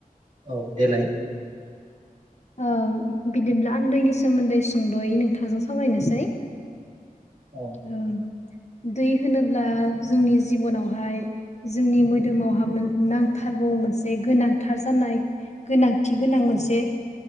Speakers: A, on the right; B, on the left.
A: औ देलाय
B: ओ बिदिब्ला आं दैनि सोमोन्दै सुंद'यै नोंथांजों सावरायनोसै
A: औ
B: ओ दै होनोब्ला जोंनि जिबनावहाय जोंनि मोदोमावहा नांथार- गौ मोनसे गोनांथार जानाय गोनांथि गोनां मोनसे-